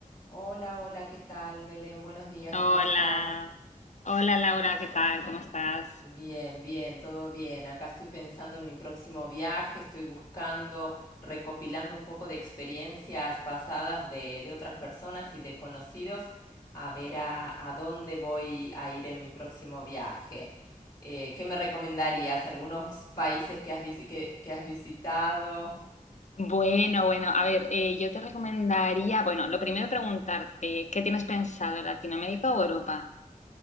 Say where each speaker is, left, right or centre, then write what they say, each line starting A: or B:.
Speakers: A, on the left; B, on the left.
A: Hola, hola, ¿qué tal, Belén? Buenos días,
B: Hola,
A: ¿cómo estás?
B: hola Laura, ¿qué tal? ¿Cómo estás?
A: Bien, bien, todo bien. Acá estoy pensando en mi próximo viaje, estoy buscando, recopilando un poco de experiencias pasadas de, de otras personas y de conocidos, a ver a, a dónde voy a ir en mi próximo viaje. Eh, ¿qué me recomendarías? ¿Algunos países que has, visi- que, que has visitado?
B: Bueno, bueno, a ver, eh, yo te recomendaría, bueno, lo primero preguntarte, ¿qué tienes pensado, Latinoamérica o Europa?